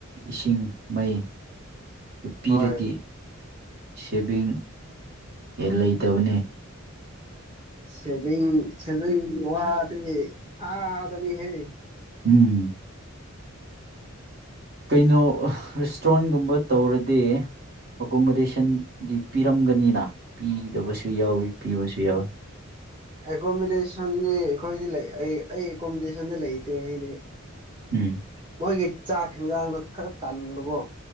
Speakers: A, on the right; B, on the right.
A: ꯏꯁꯤꯡ ꯃꯩ ꯑꯗꯨ ꯄꯤꯔꯗꯤ
B: ꯍꯣꯏ
A: ꯁꯦꯚꯤꯡ ꯂꯩꯇꯕꯅꯤ
B: ꯁꯦꯚꯤꯡ ꯁꯦꯚꯤꯡ ꯋꯥꯒꯅꯤ ꯑꯗꯅꯤ ꯍꯦ
A: ꯎꯝ ꯀꯩꯅꯣ ꯔꯦꯁꯇꯨꯔꯦꯟꯒꯨꯝꯕ ꯇꯧꯔꯗꯤ ꯑꯦꯀꯣꯃꯣꯗꯦꯁꯟꯗꯤ ꯄꯤꯔꯝꯒꯅꯤꯅ ꯄꯤꯗꯕꯁꯨ ꯌꯥꯎꯏ ꯄꯤꯕꯁꯨ ꯌꯥꯎꯏ
B: ꯑꯦꯀꯣꯃꯣꯗꯦꯁꯟꯗꯤ ꯑꯈꯣꯏꯗꯤ ꯂꯩ ꯑꯩ ꯑꯩ ꯑꯦꯀꯣꯃꯣꯗꯦꯁꯟꯗ ꯂꯩꯇꯦ ꯑꯩꯗꯤ
A: ꯎꯝ
B: ꯃꯣꯏꯒꯤ ꯆꯥꯛ ꯍꯦꯟꯖꯥꯡꯗꯣ ꯈꯔ ꯇꯟꯕꯀꯣ